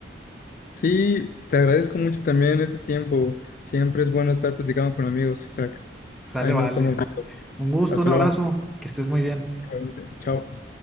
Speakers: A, on the left (about 50°); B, in the centre.
A: Sí, te agradezco mucho también este tiempo. Siempre es bueno estar platicando con amigos, Isaac.
B: Sale,
A: Ahí
B: vale.
A: nos estamos viendo.
B: Un gusto,
A: Hasta
B: un abrazo,
A: luego.
B: que estés muy bien.
A: Igualmente. Chao.